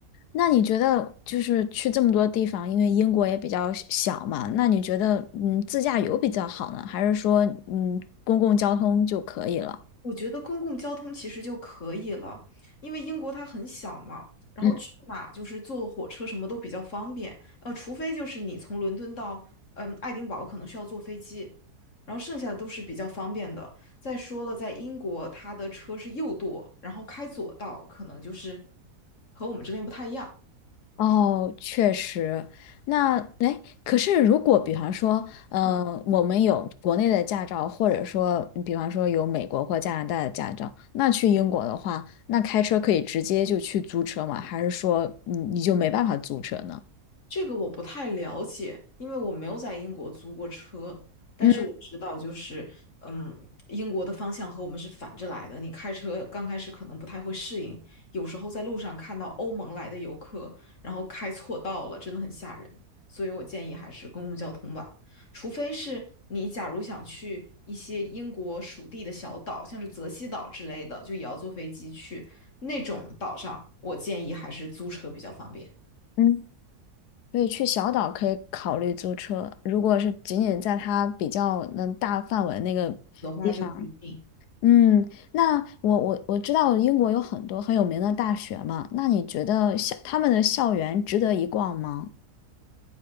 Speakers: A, on the left; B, on the left.
A: 那你觉得就是去这么多地方，因为英国也比较小小嘛，那你觉得嗯自驾游比较好呢，还是说嗯公共交通就可以了？
B: 我觉得公共交通其实就可以了，因为英国它很小嘛，然后去哪就是坐火车什么都比较方便，
A: 嗯。
B: 呃，除非就是你从伦敦到嗯爱丁堡可能需要坐飞机，然后剩下的都是比较方便的。再说了，在英国它的车是右舵，然后开左道，可能就是和我们这边不太一样。
A: 哦，确实。那哎，可是如果比方说，呃，
B: 嗯。
A: 我们有国内的驾照，或者说，比方说有美国或加拿大的驾照，那去英国的话，那开车可以直接就去租车吗？还是说你你就没办法租车呢？
B: 这个我不太了解，因为我没有在英国租过车，但是我知道就是，
A: 嗯
B: 嗯，英国的方向和我们是反着来的。你开车刚开始可能不太会适应，有时候在路上看到欧盟来的游客，然后开错道了，真的很吓人。所以我建议还是公共交通吧，除非是你假如想去一些英国属地的小岛，像是泽西岛之类的，就也要坐飞机去那种岛上，我建议还是租车比较方便。
A: 嗯，所以去小岛可以考虑租车，如果是仅仅在它比较能大范围那个。
B: 的话就不一定。
A: 地方。嗯，那我我我知道英国有很多很有名的大学嘛，那你觉得校他们的校园值得一逛吗？